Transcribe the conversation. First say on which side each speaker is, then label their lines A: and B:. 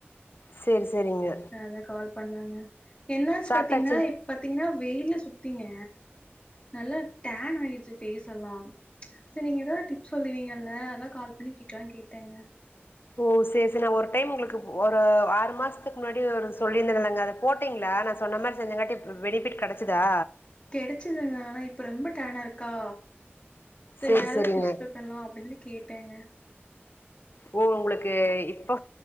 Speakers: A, on the left; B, on the left.
A: சேர் சேரிங்க
B: அதான் கால் பண்ணாங்க என்னாச்சு
A: சாப்ட்டாச்சு
B: பாத்தீங்கன்னா பாத்தீங்கன்னா வெயில சுத்திங்க நல்லா டான் ஆகிடுச்சு ஃபேஸ் எல்லாம் சேரி நீங்க ஏதாவது டிப்ஸ் சொல்லுவீங்கல்ல அதான் கால் பண்ணி கேட்டுலாம்னு கேட்டேங்க
A: ஓ சேரி சேரி நான் ஒரு டைம் உங்களுக்கு ஒரு ஆறு மாசத்துக்கு முன்னாடி ஒரு சொல்லியிருந்தேன் நாங்க அத போட்டீங்களா நான் சொன்ன மாரி செஞ்சங்காட்டி பெனிஃபிட் கிடச்சிதா
B: கிடச்சுதுங்க ஆனா இப்போ ரொம்ப டேனா இருக்கா சரி
A: சேரி
B: வேற ஏதாவது
A: சேரிங்க
B: டிப்ஸ் ஸ்ப்ரெட் பண்ணலாம் அப்டின்னு கேட்டேங்க
A: ஓ உங்களுக்கு இப்போ